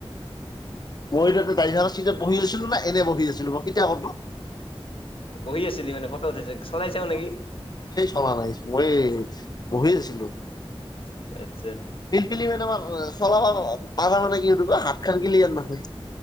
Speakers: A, on the left; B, on the left.
A: মই তাতে গাড়ীখানৰ চিটত বহি আছিলোঁ না এনেই বহি চলিব। কেতিয়া অফ নো?
B: বহি আছিলি মানে ফটো উঠাইছে চলাইছাও নেকি
A: অ হেই চলা নাই মই এই বহি আছিলোঁ।
B: এব
A: পিলপিলি কেইটামান অ' চলাবা পাবি। <unintelligible> তাৰকাৰণে কি ইটো কয় হাতখন গেলি আৰু নাহে।